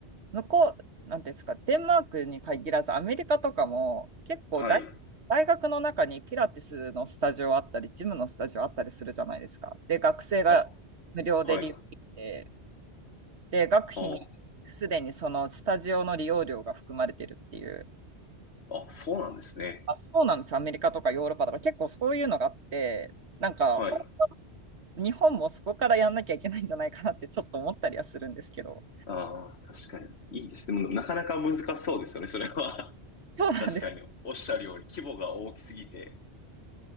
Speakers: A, on the right; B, on the left.
A: 向こう、なんていうんですか、デンマークに限らず、アメリカとかも結構大、
B: あ、はい。
A: 大学の中にピラティスのスタジオあったり、ジムのスタジオあったりするじゃないですか。で、学生が無料で利用できて、
B: あ、はい。
A: で、学費にすでにそのスタジオの利用料が含まれてるっていう。
B: ああ、そうなんですね。
A: あ、そうなんです。アメリカとかヨーロッパとか結構そういうのがあって、なんか本当は
B: はい。
A: 日本もそこからやんなきゃいけないんじゃないかなってちょっと思ったりはするんですけど。
B: ああ、確かに。いいですね。もうなかなか難しそうですよね、それは。
A: そうなんです。
B: <laughs> 確かに。おっしゃるように、規模が大きすぎて。